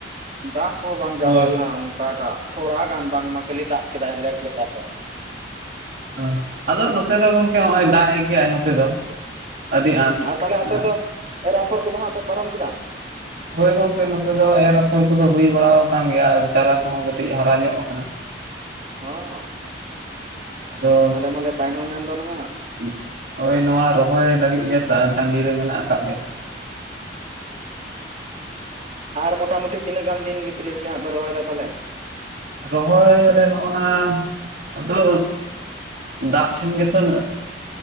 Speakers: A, on the right (about 40°); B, on the right (about 60°).
A: ᱫᱟᱜ ᱠᱚᱦᱚᱸ ᱵᱟᱝ ᱡᱟᱣᱨᱟ
B: ᱦᱳᱭ
A: ᱞᱮᱱᱟ ᱚᱱᱠᱟ ᱫᱟᱜ ᱛᱷᱚᱲᱟ ᱜᱟᱱ ᱵᱟᱝᱢᱟ ᱠᱷᱟᱹᱞᱤ ᱫᱟᱜ ᱠᱮᱫᱟᱭ ᱞᱮᱠ ᱞᱮᱠᱟᱛᱮ,
B: ᱦᱟᱸ ᱟᱫᱚ ᱱᱚᱛᱮ ᱫᱚ ᱜᱚᱝᱠᱮ ᱱᱚᱜᱼᱚᱭ ᱫᱟᱜ ᱮ ᱜᱮᱭᱟᱭ ᱱᱚᱛᱮ ᱫᱚ ᱟᱹᱰᱤ ᱟᱸᱴ
A: ᱦᱩᱸ ᱟᱨ ᱛᱟᱦᱚᱞᱮ ᱟᱯᱮ
B: ᱦᱮᱸ
A: ᱫᱚ ᱮᱨ ᱟᱯᱷᱚᱨ ᱠᱚᱫᱚ ᱦᱟᱸᱜ ᱯᱮ ᱯᱟᱨᱚᱢ ᱠᱮᱫᱟ?
B: ᱦᱳᱭ ᱜᱚᱢᱠᱮ ᱱᱚᱛᱮ ᱫᱚ ᱮᱨ ᱟᱯᱷᱚᱨ ᱠᱚᱫᱚ ᱦᱩᱭ ᱵᱟᱲᱟ ᱟᱠᱟᱱ ᱜᱮᱭᱟ ᱟᱨ ᱪᱟᱨᱟ ᱠᱚᱦᱚᱸ ᱠᱟᱹᱴᱤᱡ ᱦᱟᱨᱟ ᱧᱚᱜ ᱟᱠᱟᱱᱟ᱾
A: ᱦᱚᱸ
B: ᱟᱫᱚ
A: ᱟᱞᱮ ᱢᱟᱞᱮ ᱛᱟᱭᱱᱚᱢᱮᱱ ᱫᱚ ᱱᱟᱜ
B: ᱦᱩᱸᱜ ᱚᱭ ᱱᱚᱣᱟ ᱨᱚᱦᱚᱭ ᱞᱟᱹᱜᱤᱫ ᱜᱮ ᱛᱟᱺᱜᱤᱨᱮ ᱢᱮᱱᱟᱜ ᱟᱠᱟᱫ ᱞᱮᱭᱟ᱾
A: ᱟᱨ ᱢᱚᱴᱟᱢᱩᱴᱤ ᱛᱤᱱᱟᱹᱜ ᱜᱟᱱ ᱫᱤᱱ ᱵᱷᱤᱛᱨᱤ ᱨᱮᱜᱮ ᱦᱟᱸᱜ ᱯᱮ ᱨᱚᱦᱚᱭ ᱫᱟ ᱛᱟᱦᱚᱞᱮ?
B: ᱨᱚᱦᱚᱭ ᱟᱞᱮ ᱱᱚᱜᱼᱱᱟ ᱟᱫᱚ ᱫᱟᱜ ᱴᱷᱮᱱ ᱜᱮᱛᱚ ᱱᱟᱹᱜ